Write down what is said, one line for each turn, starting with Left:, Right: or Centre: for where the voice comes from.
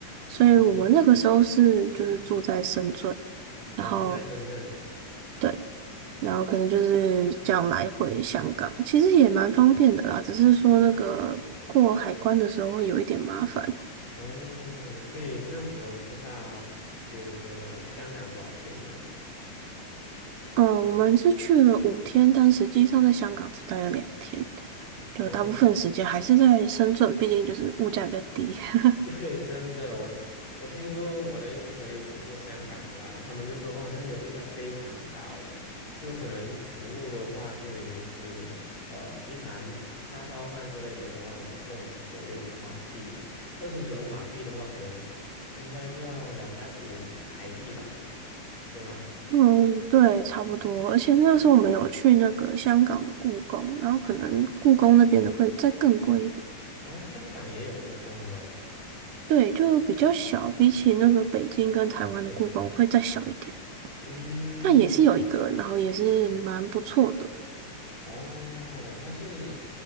Right: 所以我们那个时候是就是住在深圳，
Left: 哦，哦，
Right: 然后
Left: 住在深圳。
Right: 对，然后可能就是这样来回香港，其实也蛮方便的啦，只是说那个过海关的时候会有一点麻烦。
Left: 是哦，哦所以那时候是到这个香港多少天呢？
Right: 嗯，我们是去了五天，但实际上在香港只待了两天，就大部分时间还是在深圳，
Left: 哦，
Right: 毕竟就是物价比较低。<laughs>
Left: <laughs> 对，真的，我我听说我的一些朋友去过香港的啊，他们就说哦，那里的物价非常高，诶，就可能食物的话就已经是呃一盘叉烧饭之类的都要我们二十左右马币了，二十左右马币的话，可能应该就要两百五台币吧，对吗？
Right: 嗯，对，差不多。而且那个时候我们有去那个香港的故宫，然后可能故宫那边的会再更贵一点。
Left: 香，然后香港也有故宫吗？
Right: 对，就比较小，比起那个北京跟台湾的故宫会再小一点，
Left: 嗯嗯，
Right: 但也是有一个，然后也是蛮不错的。
Left: 哦，它是